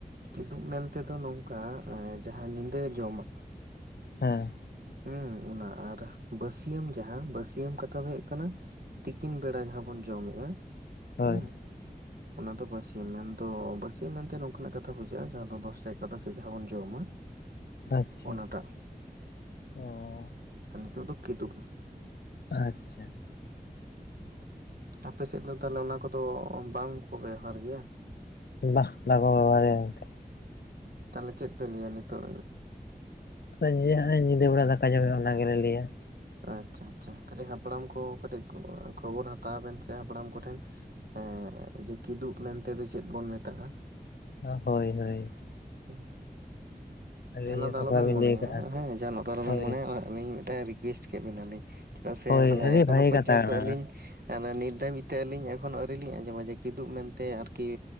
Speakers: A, on the right; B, on the left.
A: ᱠᱤᱫᱩᱵ ᱢᱮᱱᱛᱮᱫᱚ ᱱᱚᱝᱠᱟ ᱮ ᱡᱟᱦᱟᱸ ᱧᱤᱫᱟᱹ ᱡᱚᱢᱟᱜ ᱾
B: ᱦᱮᱸ ᱾
A: ᱦᱩᱸ ᱚᱱᱟ ᱟᱨ ᱵᱟᱹᱥ ᱤᱭᱟᱹᱢ ᱡᱟᱦᱟᱸ ᱵᱟᱹᱥᱤᱭᱟᱹᱢ ᱠᱟᱛᱷᱟ ᱫᱚ ᱦᱩᱭᱩᱜ ᱠᱟᱱᱟ ᱛᱤᱠᱤᱱ ᱵᱮᱲᱟ ᱡᱟᱦᱟᱸ ᱵᱚᱱ ᱡᱚᱢ ᱮᱜᱼᱟ
B: ᱦᱳᱭ
A: ᱦᱩᱸ, ᱚᱱᱟ ᱫᱚ ᱵᱟᱹᱥ ᱤᱭᱟᱹᱢ ᱢᱮᱱᱫᱚ ᱵᱟᱹᱥᱤᱭᱟᱹᱢ ᱢᱮᱱᱛᱮ ᱱᱚᱝᱠᱟᱱᱟᱜ ᱠᱟᱛᱷᱟ ᱵᱩᱡᱷᱟᱹᱜᱼᱟ ᱡᱟᱦᱟᱸ ᱫᱚ ᱫᱚᱥᱴᱟ, ᱮᱜᱟᱨᱚᱴᱟ ᱥᱮᱫ ᱡᱟᱦᱟᱸ ᱵᱚᱱ ᱡᱚᱢᱟ
B: ᱟᱪᱪᱷᱟ,
A: ᱚᱱᱟᱴᱟᱜ
B: ᱚᱸᱻ᱾
A: ᱟᱨ ᱱᱤᱛᱚᱜ ᱫᱚ ᱠᱮᱫᱩᱵ ᱾
B: ᱟᱪᱪᱷᱟ ᱾
A: ᱟᱯᱮ ᱥᱮᱫ ᱫᱚ ᱛᱟᱦᱚᱞᱮ ᱚᱱᱟ ᱠᱚᱫᱚ ᱵᱟᱝᱠᱚ ᱵᱮᱣᱦᱟᱨ ᱜᱮᱭᱟ?
B: ᱵᱟᱦ ᱵᱟᱠᱚ ᱵᱮᱵᱚᱦᱟᱨ ᱜᱮᱭᱟ ᱜᱚᱝᱠᱮ ᱾
A: ᱛᱟᱦᱚᱞᱮ ᱪᱮᱫ ᱯᱮ ᱞᱟᱹᱭᱟ ᱱᱤᱛᱳᱜ?
B: ᱟᱫᱚ ᱡᱮ ᱦᱚᱸᱜ-ᱚᱭ ᱧᱤᱫᱟᱹ ᱵᱮᱲᱟ ᱫᱟᱠᱟ ᱡᱚᱢ ᱦᱳᱭᱳᱜ-ᱟ ᱚᱱᱟ ᱜᱮᱞᱮ ᱞᱟᱹᱭᱟ ᱾
A: ᱟᱪᱪᱷᱟ ᱟᱪᱪᱷᱟ ᱠᱟᱹᱴᱤᱡ ᱦᱟᱯᱲᱟᱢ ᱠᱚ ᱠᱟᱹᱴᱤᱡ ᱠᱷᱚᱵᱚᱨ ᱦᱟᱛᱟᱣ ᱵᱮᱱ ᱥᱮ ᱦᱟᱯᱲᱟᱢ ᱠᱚᱴᱷᱮᱱ, ᱮᱸ ᱡᱮ ᱠᱤᱫᱩᱵ ᱢᱮᱱᱛᱮ ᱫᱚ ᱪᱮᱫ ᱵᱚᱱ ᱢᱮᱛᱟᱜᱼᱟ?
B: ᱚ ᱦᱳᱭ ᱦᱳᱭ ᱾
A: ᱦᱩᱸ᱾
B: ᱟᱹᱰᱤ
A: ᱡᱟᱦᱟᱸᱱᱟᱜ
B: ᱤᱭᱟᱹ
A: ᱫᱚ
B: ᱠᱟᱛᱷᱟ
A: ᱟᱞᱚᱵᱮᱱ
B: ᱵᱤᱱ
A: ᱢᱚᱱᱮᱭᱟ
B: ᱞᱟᱹᱭ ᱠᱟᱜᱼᱟ
A: ᱦᱮᱸ ᱡᱟᱦᱟᱸᱱᱟᱜ ᱫᱚ ᱟᱞᱚᱵᱮᱱ
B: ᱦᱳᱭ
A: ᱢᱚᱱᱮᱭᱟ ᱦᱚᱸᱜ-ᱚᱭ ᱟᱹᱞᱤᱧ ᱢᱤᱫᱴᱮᱡ ᱨᱤᱠᱩᱭᱮᱥᱴ ᱠᱮᱫ ᱵᱮᱱᱟᱞᱤᱧ ᱪᱮᱫᱟᱜ ᱥᱮ
B: ᱦᱳᱭ
A: ᱢᱟᱱᱮ
B: ᱟᱹᱰᱤ
A: ᱮᱠᱷᱚᱱᱱᱳ
B: ᱵᱷᱟᱜᱮ
A: ᱯᱚᱨᱡᱚᱱᱛᱚ
B: ᱠᱟᱛᱷᱟ ᱠᱟᱱᱟ
A: ᱟᱹᱞᱤᱧ
B: ᱚᱱᱟ
A: ᱦᱟᱱᱮ ᱱᱤᱛ ᱫᱷᱟᱹᱵᱤᱡ ᱛᱮ ᱟᱹᱞᱤᱧ ᱮᱠᱷᱚᱱ ᱚ ᱟᱹᱣᱨᱤ ᱞᱤᱧ ᱟᱸᱡᱚᱢᱟ ᱡᱮ ᱠᱤᱫᱩᱵ ᱢᱮᱱᱛᱮ ᱟᱨᱠᱤ